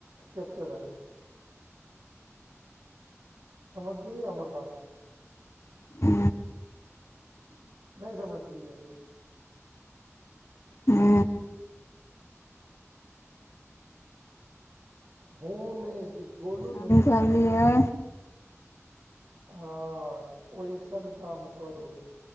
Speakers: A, on the right; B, on the left.
A: कैप्चर हत। समझलियै हमर बात।
B: हु
A: नय समझलियै।
B: हू
A: हू नय जे बोलू
B: समझलियै
A: ने तऽ हँ ओहिसन काम करू।